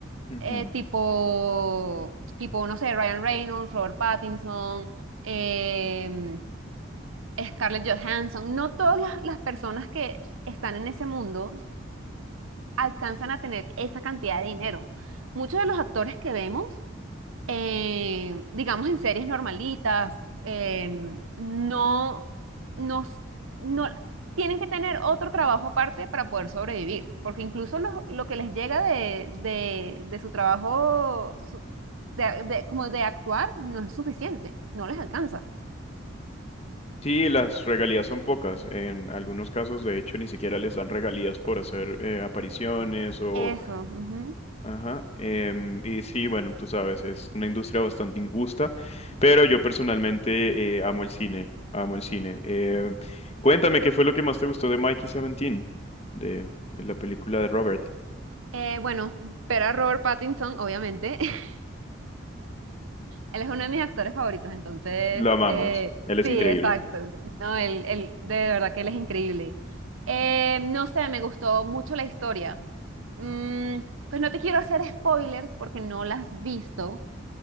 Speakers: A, on the left (about 30°); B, on the right (about 85°).
A: Ujú.
B: eh, tipo, tipo, no sé, Ryan Reynolds, Robert Pattinson, em, Scarlett Johansson, no todas las, las personas que están en ese mundo alcanzan a tener esa cantidad de dinero. Muchos de los actores que vemos eh, digamos, en series normalitas, eh, no, no, no, tienen que tener otro trabajo aparte para poder sobrevivir, porque incluso lo, lo que les llega de, de, de su trabajo, su- de, de- como de actuar, no es suficiente, no les alcanza.
A: Sí, las regalías son pocas. En algunos casos, de hecho, ni siquiera les dan regalías por hacer eh, apariciones o
B: Eso. ujú.
A: Ajá, em, y sí, bueno, tú sabes, es una industria bastante injusta, pero yo personalmente eh, amo el cine, amo el cine. Eh, cuéntame, ¿qué fue lo que más te gustó de Mikey 17, de, de la película de Robert?
B: Eh, bueno, ver a Robert Pattinson, obviamente, <laughs> Él es uno de mis actores favoritos, entonces,
A: Lo amamos,
B: eh,
A: él es
B: sí,
A: increíble,
B: exacto. No, él, él- de verdad que él es increíble. Eh, no sé, me gustó mucho la historia. Mm, pues no te quiero hacer spoilers porque no las has visto,